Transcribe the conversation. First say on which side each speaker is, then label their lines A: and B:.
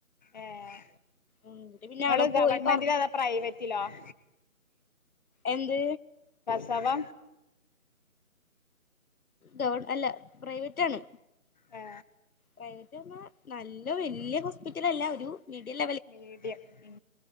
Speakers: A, on the left (about 30°); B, on the left (about 85°).
A: ഏഹ്
B: എന്നിട്ട് പിന്നെ
A: ഇങ്ങള്
B: അവിടെ പോയി
A: ഗവൺമെന്റിലോ
B: പറഞ്ഞു
A: അതോ പ്രൈവറ്റിലോ <inaudible>
B: എന്ത്
A: സവാ
B: ഗവൺ അല്ല പ്രൈവറ്റ് ആണ്
A: ഏ
B: പ്രവ ക്കുന്നെ നല്ല വലിയ ഹോസ്പിറ്റലല്ല ഒരു മിഡിൽ
A: മീഡിയം മ്